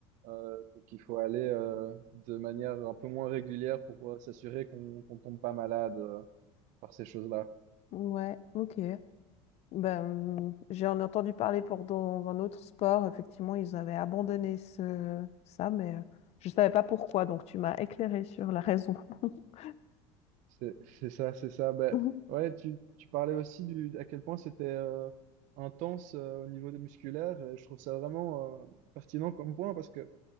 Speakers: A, on the right (about 65°); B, on the left (about 50°).
A: Euh, donc, il faut aller euh, de manière un peu moins régulière pour euh, s'assurer qu'on qu'on tombe pas malade euh, par ces choses-là. Ouais.
B: Ouais, ok. Ben, j'en ai entendu parler pour dans un autre sport. Effectivement, ils avaient abandonné ce, ça, mais euh, je ne savais pas pourquoi. Donc, tu m'as éclairé sur la raison. <laughs>
A: C'est c'est ça, c'est ça. Ben,
B: Mhm.
A: ouais, tu, tu parlais aussi du, à quel point c'était euh, intense euh, au niveau des musculaires. et je trouve ça vraiment euh, pertinent comme point parce que